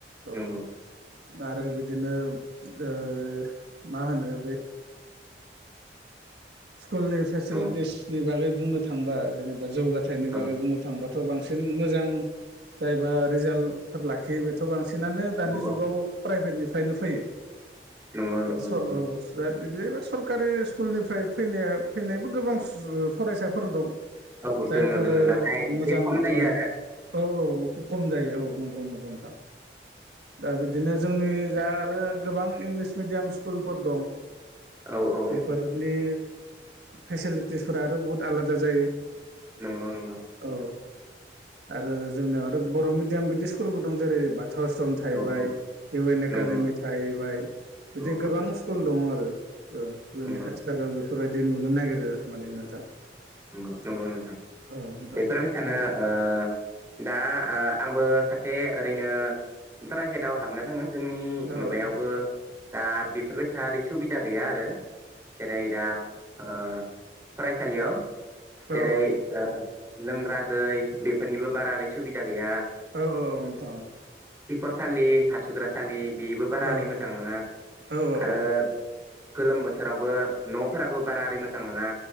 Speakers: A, on the right; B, on the right.
A: औ।
B: नंगौ
A: आरो बिदिनो ओ मा होनो बे स्कुलनि फेसिलिटिसनि
B: औ
A: बागै बुंनो थांबा जेनेबा जौगाथायनि
B: औ
A: बागै बुंनो थांबा त' बांसिन मोजां जायबा रिजाल्टफोर लाखियो बेथ' बांसिन सिनानो
B: औ
A: दानि जुगाव प्राइभेटनिफ्रायनो फैयो
B: नंगौ
A: <unintelligible>
B: नंगौ नंगौ
A: इदिनो सरकारि स्कुलनिफ्राय फैनाया फैनायबो गोबां <unintelligible> फरायसाफोर दं।
B: औ
A: जायफोरो
B: दोङो दोङो नाथाय एसे
A: मोजां
B: खम जायो
A: औ।
B: आरो
A: औ औ कम जायो औ नंगौ नंगौ नोंथां। दा बिदिनो जोंनि जा आरो गोबां इंग्लिस मिडियाम स्कुलफोर दं। बेफोरनि
B: औ औ औ
A: फेसिलिटिसफोरा आरो बुहुत आलादा जायो।
B: नंगौ नंगौ
A: औ आरो जोंनियाव आरो बर' मिडियाम बिदि स्कुलबो दं जेरै ब थ' आस्रम थाहैबाय
B: औ औ
A: इउ एन एकाडेमि
B: नंगौ
A: थाहैबाय बिदि
B: औ
A: गोबां स्कुल दङ आरो। ओ जोंनि
B: नंगौ
A: खाथि खालायाव बिफोरबायदि नुनो नागिरो माने नोंथां।
B: नंगौ नंगौ
A: औ
B: नोंथां
A: औ
B: बेफोरबायसानो
A: नोंथां
B: ओ दा ओ आंबो सासे ओरैनो प्राइभेटाव हाबना दोङो। जोंनि
A: औ
B: माबायावबो दा बेफोरबायसा ओरै सुबिदा गैया आरो। जेरै दा ओ फरायसालियाव
A: औ
B: जेरै ओ लोंग्रा दै बेफोरनिबो बारा ओरै सुबिदा गैया।
A: औ औ नोंथां औ।
B: किख'रसालि हासुग्रा सालि बेबो बारा
A: औ
B: ओरै मोजां नङा
A: औ
B: आरो
A: औ
B: गोलोम बोथोरावबो न'फोराबो बारा ओरै मोजां नोङा